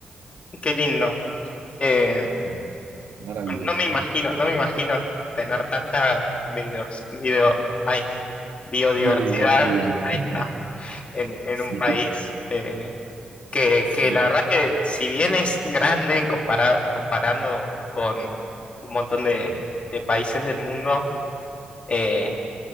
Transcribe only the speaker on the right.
Mm, Maravilloso.
Biodiversidad.
<laughs>
Sí,
sí,
sí.